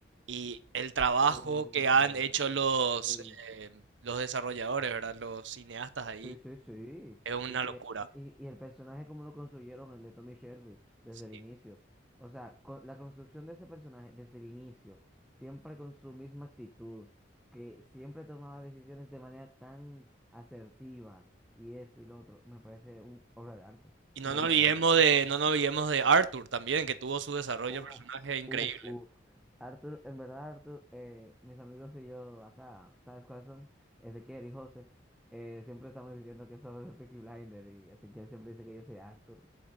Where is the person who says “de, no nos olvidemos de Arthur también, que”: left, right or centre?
Right